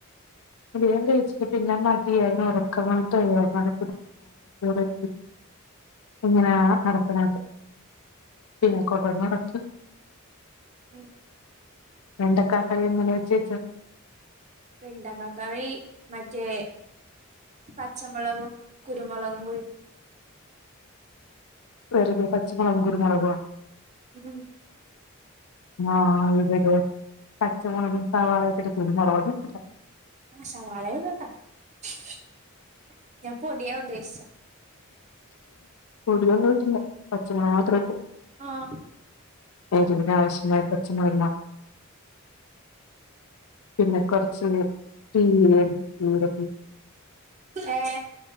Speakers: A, on the left; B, on the right.
A: വേഗം കഴിച്ചിട്ട് പിന്നെ മതിതായി. അവന് ഒറക്കം വന്നിട്ട് വയ്യാര്ന്ന്. അത് പിന്നെ <unintelligible> എങ്ങനെയാ നടക്കണതെന്ന്. പിന്നെ കൊണ്ട് വന്ന് ഒറക്കി.
B: ഉം
A: എന്തൊക്ക കറികളാ വെച്ചുവെച്ചേ?
B: വെണ്ടക്കാക്കറി മറ്റേ പച്ചമുളകും കുരുമുളകും കൂടീ
A: വെറുതേ പച്ചമുളകും കുരുമുളകുവാ?
B: ഉം
A: <unintelligible> പച്ചമുളകും സവാളയും <unintelligible>
B: ആ സവാളയിൽ <unintelligible> ഞാൻ പൊടിയാ ഉദ്ദേശിച്ചേ.
A: പൊടി <unintelligible> ഇല്ല. പച്ചമുളക് മാത്രമിട്ട്
B: ആഹ്
A: എരുവിനാവശ്യമായ പച്ചമുളക്നാ പിന്നെ കൊറച്ച് തീയല് <unintelligible>
B: ഏ